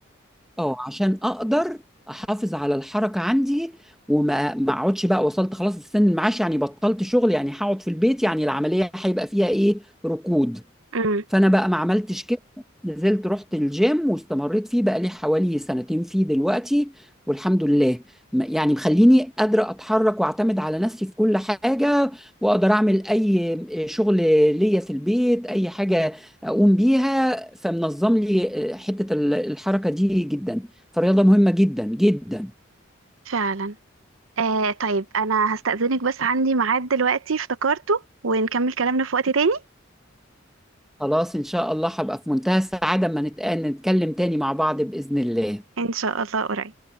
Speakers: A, in the centre; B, on the right (about 80°).
A: اه عشان اقدر احافظ على الحركه عندي وما ما اقعدش بقى وصلت خلاص لسن المعاش يعني بطلت شغل يعني هقعد في البيت يعني العمليه هيبقى فيها ايه ركود
B: امم
A: فانا بقى ما عملتش كده نزلت رحت الجيم واستمريت فيه بقى لي حوالي سنتين فيه دلوقتي والحمد لله م- يعني مخليني قادرة أتحرك وأعتمد على نفسي في كل حاجة وأقدر أعمل أي شغل ليا في البيت أي حاجة أقوم بيها فمنظم لي آه، حتة ال- الحركة دي جدا فالرياضة مهمة جدا جدا
B: فعلا آه طيب أنا هستأذنك بس عندي ميعاد دلوقتي افتكرته ونكمل كلامنا في وقت تاني
A: خلاص إن شاء الله هبقى في منتهى السعادة أما نتق- نتكلم تاني مع بعض بإذن الله
B: إن شاء الله قريب